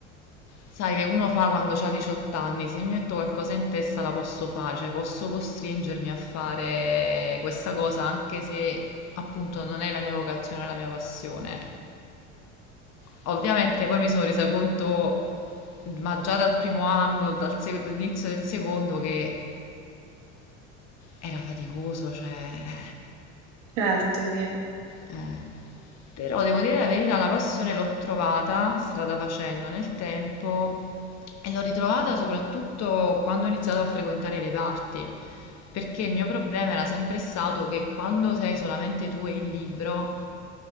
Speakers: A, on the left; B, on the right.
A: sai, che uno fa quando ha 18 anni, se mi metto qualcosa in testa la posso fare, cioè posso costringermi a fare questa cosa anche se appunto non è la mia vocazione, non è la mia passione. Ovviamente poi mi sono resa conto, ma già dal primo anno, dal sec- dall'inizio del secondo, che Era faticoso, cioè... eh,
B: Certo, sì. Eh,
A: eh. Però devo dire la verità, la passione l'ho trovata strada facendo nel tempo e l'ho ritrovata soprattutto quando ho iniziato a frequentare i reparti, perché il mio problema era sempre stato che quando sei solamente tu e il libro